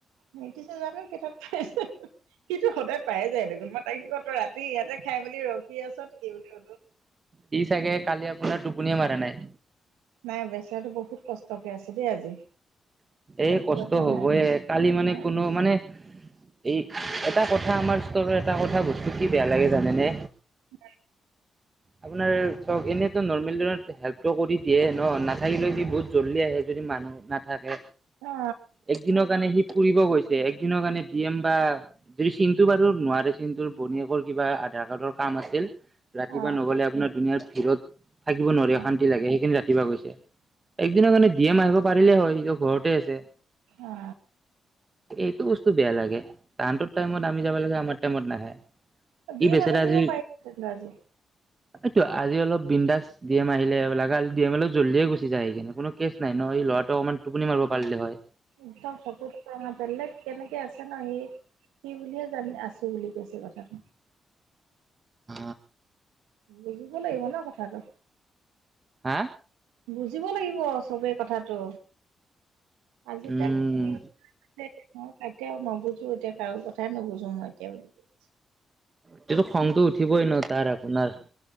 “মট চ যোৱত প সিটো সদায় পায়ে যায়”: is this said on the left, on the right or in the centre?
Right